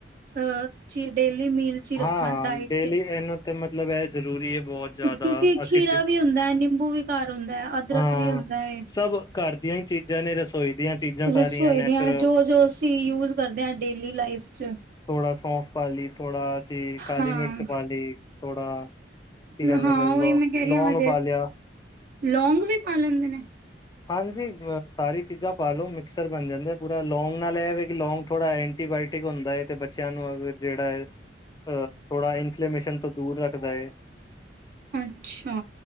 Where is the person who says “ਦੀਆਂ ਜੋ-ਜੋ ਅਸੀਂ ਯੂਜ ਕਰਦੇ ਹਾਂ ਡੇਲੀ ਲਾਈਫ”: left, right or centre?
Right